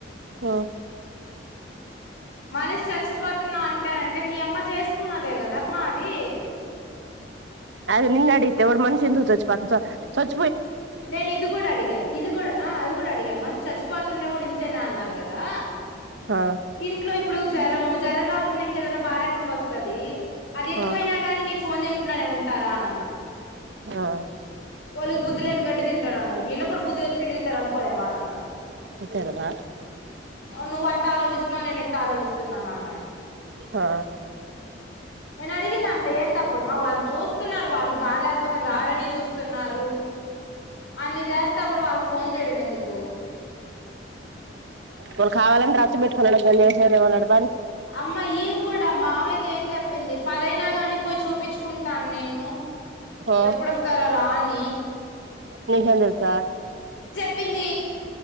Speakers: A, on the right (about 70°); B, on the left (about 80°).
A: అ
B: మనిషి చచ్చిపోతున్నా అంటరాంటె మీ అమ్మ చేసుకున్నదే కదమ్మా అది
A: అదే నిన్ను అడిగితే కూడా మనిషి ఎందుకు చచ్చిపోతుంది స-సచ్
B: నేను ఇది కూడా అడిగా ఇది కూడా ఆ అది కూడా అడిగా మనిషి సచ్ పోతుంటే కూడా ఇంతేన అన్నారు కదా
A: ఆ
B: ఇంట్లో ఇప్పుడు జ్వరము జ్వరం కాకుండా ఇంకేదనా బాలేక కుండా వస్తది అది ఎక్కువయినా
A: ఆ
B: గానీ నీకు ఫోన్ చేయకుండానే ఉంటారా అని అన్నా
A: ఆ
B: వాళ్ళకి బుద్ధి లేద్ గడ్డి తింటారు అన్నావు వీళ్ళ కూడా బుద్ది లేదు గడ్డి తింటారు అనుకోలేవా అనన్నా
A: అంతే కదా
B: నువ్వు అట్ట ఆలోచిస్తున్నావు నేను ఇట్ట ఆలోచిస్తున్నాను అన్నాడు
A: ఆ
B: నేను అడిగిందాంట్లో ఏం తప్పు ఉంది మా వాళ్ళు చూస్తున్నారు వాళ్ళు బాలేకపోతే రారని చూస్తున్నారు అన్ని చేస్తా కూడా వాళ్ళకు ఫోన్ చేయడం ఎందుకు
A: వాళ్ళు కావాలని రచ్చ పెట్టుకొని <unintelligible>
B: అమ్మ ఈం కూడా మావయ్యకి ఏం చెప్పింది పదైనా గాని పోయి చూపించుకుంటాను నేను
A: ఆ
B: ఎప్పుడొస్తారో రాని
A: నీకెలా తెల్సు
B: చెప్పింది